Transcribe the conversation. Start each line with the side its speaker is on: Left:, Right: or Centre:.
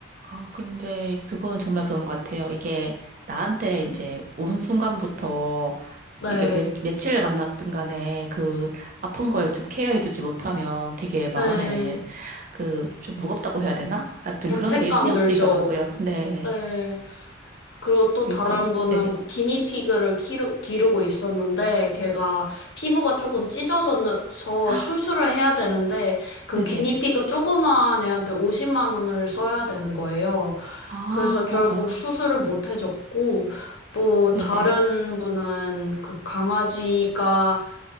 Right: 아, 근데 그거는 정말 그런 것 같아요. 이게 나한테 이제 온 순간부터
Left: 네.
Right: 이게 며, 며칠 만났든 간에 그 아픈 걸 좀 케어해두지 못하면 되게
Left: 네.
Right: 마음에 그 좀 무겁다고 해야 되나? 하여튼
Left: 죄책감
Right: 그런 게 되게 신경
Left: 들죠.
Right: 쓰이더라고요. 네.
Left: 네. 그리고 또
Right: 그리고,
Left: 다른 분은
Right: 네네.
Left: 뭐 기니피그를 키루, 기르고 있었는데 걔가 피부가 조금 찢어져서
Right: <gasps>
Left: 수술을 해야 되는데 그
Right: 네네.
Left: 기니피그 조그만 애한테 50만 원을 써야 되는 거예요.
Right: 아,
Left: 그래서 결국
Right: 맞아.
Left: 수술을 못 해줬고 또
Right: 네네.
Left: 다른 분은 그 강아지가